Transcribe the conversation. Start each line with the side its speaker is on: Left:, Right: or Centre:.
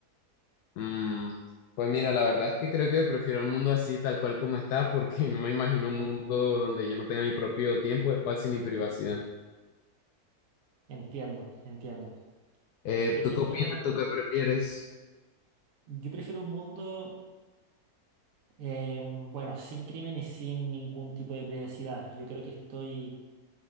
Left: Mm, pues mira, la verdad es que creo que prefiero el mundo así, tal cual como está, porque <laughs> no me imagino un mundo donde yo no tenga mi propio tiempo, espacio ni privacidad.
Right: Entiendo, entiendo.
Left: Eh,
Right: Mira, yo
Left: ¿tú
Right: prefiero,
Left: qué opinas? ¿Tú qué prefieres?
Right: yo prefiero un mundo, eh, bueno, sin crimen y sin ningún tipo de privacidad. Yo creo que estoy,